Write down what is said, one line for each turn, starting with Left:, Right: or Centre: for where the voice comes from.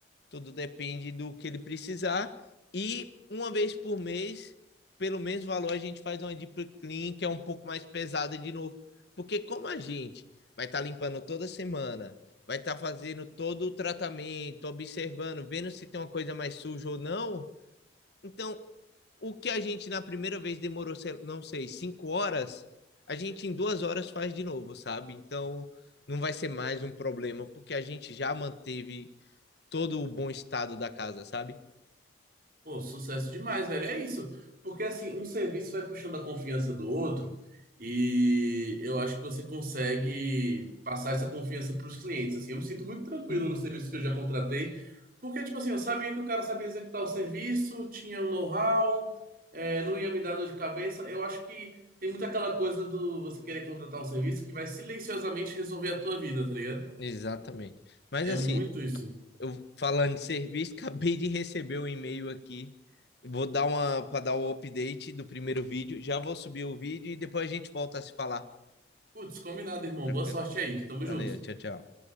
Left: tudo depende do que ele precisar. E uma vez por mês, pelo mesmo valor, a gente faz uma deep clean, que é um pouco mais pesada de novo. Porque como a gente vai estar tá limpando toda semana, vai estar tá fazendo todo o tratamento, observando, vendo se tem uma coisa mais suja ou não, então, o que a gente na primeira vez demorou, não sei, cinco horas, a gente em duas horas faz de novo, sabe? Então, não vai ser mais um problema, porque a gente já manteve todo o bom estado da casa, sabe?
Right: Pô, sucesso demais, velho. É isso. Porque assim, um serviço vai puxando a confiança do outro e eu acho que você consegue passar essa confiança para os clientes, assim. Eu me sinto muito tranquilo
Left: Uhum.
Right: no serviço que eu já contratei, porque tipo assim, eu sabia que o cara sabia executar o serviço, tinha um know-how, é, não ia me dar dor de cabeça. Eu acho que tem muito aquela coisa do você querer contratar um serviço que vai silenciosamente resolver a tua vida, tá ligado?
Left: Exatamente. Mas
Right: É
Left: assim,
Right: muito isso.
Left: eu falando de serviço, <laughs> acabei de receber um e-mail aqui. Vou dar uma para dar o update do primeiro vídeo. Já vou subir o vídeo e depois a gente volta a se falar.
Right: Putz, combinado, irmão.
Left: Tranquilo?
Right: Boa sorte aí. Tamo
Left: Valeu,
Right: junto.
Left: tchau, tchau.